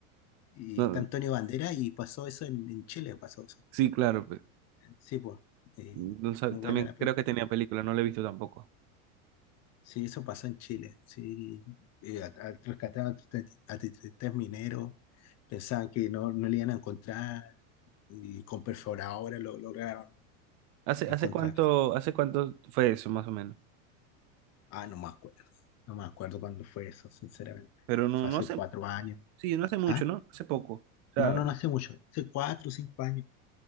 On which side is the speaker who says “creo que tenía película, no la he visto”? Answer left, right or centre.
Right